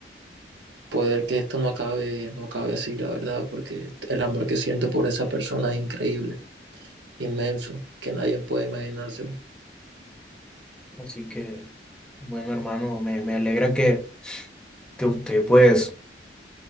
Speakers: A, on the right (about 85°); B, in the centre.
A: poder que esto no acabe, no acabe así, la verdad, porque el amor que siento por esa persona es increíble, inmenso, que nadie puede imaginárselo.
B: Así que, bueno, hermano, me, me alegra que, que usted pues